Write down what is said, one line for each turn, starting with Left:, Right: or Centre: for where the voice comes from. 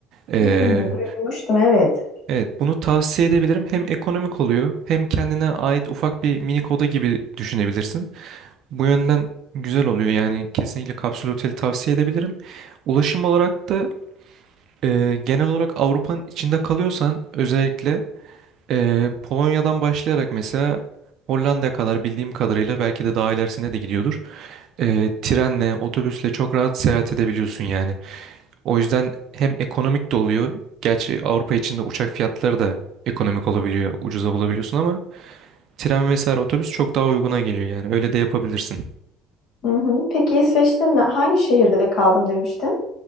Right: Ee,
Left: Hmm, duymuştum evet.
Right: evet bunu tavsiye edebilirim. Hem ekonomik oluyor hem kendine ait ufak bir minik oda gibi düşünebilirsin. Bu yönden güzel oluyor yani kesinlikle kapsül oteli tavsiye edebilirim. Ulaşım olarak da ee, genel olarak Avrupa'nın içinde kalıyorsan özellikle ee, Polonya'dan başlayarak mesela Hollanda'ya kadar bildiğim kadarıyla belki de daha ilerisine de gidiyordur. Ee, trenle, otobüsle çok rahat seyahat edebiliyorsun yani. O yüzden hem ekonomik de oluyor. Gerçi Avrupa içinde uçak fiyatları da ekonomik olabiliyor, ucuza bulabiliyorsun ama tren vesaire otobüs çok daha uyguna geliyor yani. Öyle de yapabilirsin.
Left: Hı hı. Peki İsveç'te ne- hangi şehirde kaldım demiştin?